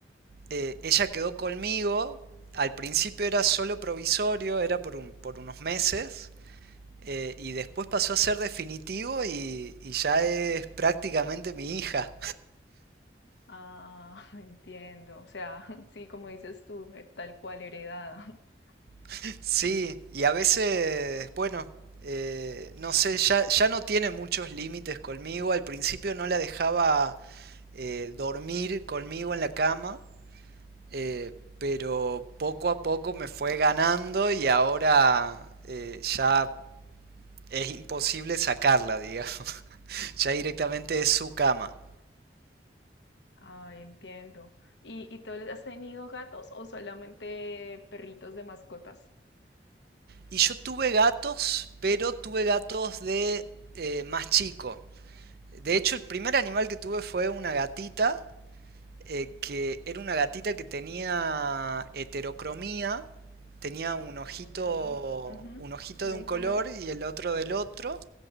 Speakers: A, on the right; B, on the left.
A: eh, ella quedó conmigo. Al principio era solo provisorio, era por un- por unos meses. Eh, y después pasó a ser definitivo y, y ya es prácticamente mi hija.
B: Ah, <laughs> entiendo. O sea, <laughs> sí, como dices tú, eh, tal cual heredada. <laughs>
A: <laughs> sí, y a veces, bueno, eh, no sé, ya, ya no tiene muchos límites conmigo. Al principio no la dejaba eh, dormir conmigo en la cama, eh, pero poco a poco me fue ganando y ahora eh, ya es imposible sacarla, digamos. <laughs> ya directamente es su cama.
B: Ay, entiendo. ¿Y, y tú has tenido gatos o solamente perritos de mascotas?
A: Y yo tuve gatos, pero tuve gatos de eh, más chico. De hecho, el primer animal que tuve fue una gatita, eh, que era una gatita que tenía heterocromía, tenía un ojito,
B: Ok. Ujú.
A: un ojito
B: ¿De
A: de un
B: un
A: color
B: color?
A: y el otro del otro,